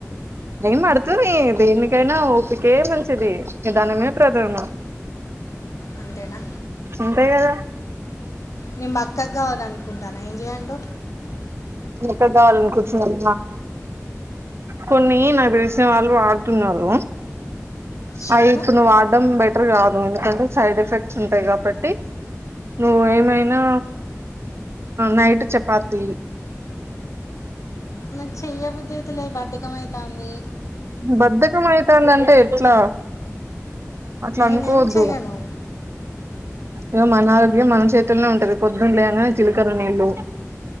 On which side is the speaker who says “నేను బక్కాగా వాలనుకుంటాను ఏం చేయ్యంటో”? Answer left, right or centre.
Left